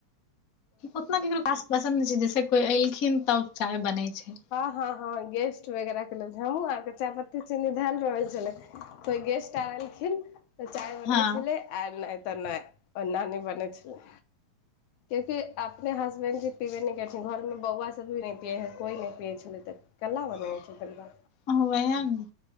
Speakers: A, on the left (about 90°); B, on the left (about 70°).
A: ओतना केकरो पास पसन्द नै छै जैसे कोय एलखिन तब चाय बनै छै।
B: हां-हां-हां गेस्ट वगैरा के लेल हम्हु आर के चाय पत्ती चीनी धैल रहल छलै कोय गेस्ट आर ऐलखिन्ह तऽ चाय बनै
A: हँ
B: छलै आर नै तऽ नै ओना नै बनै छलै। कियाकि अपने हसबैंड जी पिबे नै करथिन, घरमे बौआ सब भी नै पियै हय, कोय नै पियै छलै तऽ कना बनय छै दलिया?
A: हां वहै नै